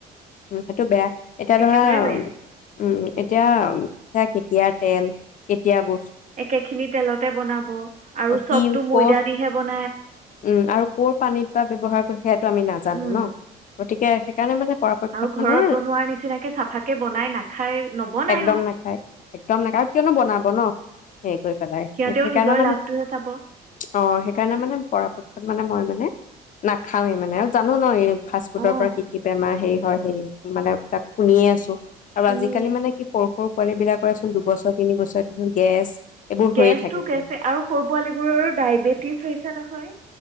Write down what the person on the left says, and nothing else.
উ সেইটো বেয়া এতিয়া
ধৰা
উম এতিয়া সেয়া কেতিয়া। তেল কেতিয়া বোৰ্ত।
কি
কৰ
উম আৰু কৰ পানীত বা ব্যৱহাৰ কৰি সেইটো আমি নাজানো
ন গতিকে। সেইকাৰনে মানে। পৰাপক্ষত
মানে
একদম
নাখায় একদম নাখায় কিয়নো বনাব ন সেৰি কৰি পেলাই
সেইকাৰণে
মানে
অ সেইকাৰণে মানে। ফা ফুড খ মানে মই মানে নাখাওৱে মানে আৰু জানো ন এই ফাষ্ট ফুডৰ
পৰা কি কি বেমাৰ হেৰি হয় হেৰি মানে তাক শুনিয়ে আছো। আৰু
আজিকালি মানে কি সৰু সৰু পোৱালী বিলাকৰেচোন দুবছৰ তিন বছৰ। ত গেছ এইবোৰ হৈয়ে
থাকেচোন